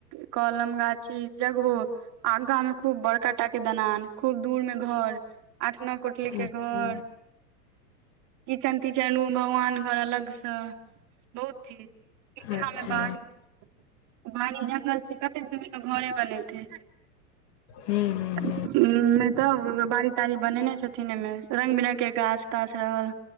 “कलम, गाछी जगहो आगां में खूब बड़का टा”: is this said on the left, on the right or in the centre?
Right